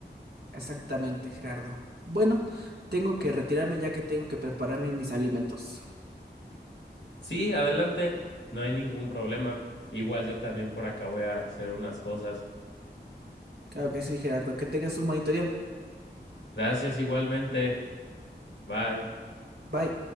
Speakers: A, on the right (about 65°); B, on the left (about 85°).
A: Exactamente, Gerardo. Bueno, tengo que retirarme ya que tengo que prepararme mis alimentos.
B: Sí, adelante, no hay ningún problema. Igual yo también por acá voy a hacer unas cosas.
A: Claro que sí, Gerardo. Que tengas un bonito día.
B: Gracias igualmente. Bye.
A: Bye.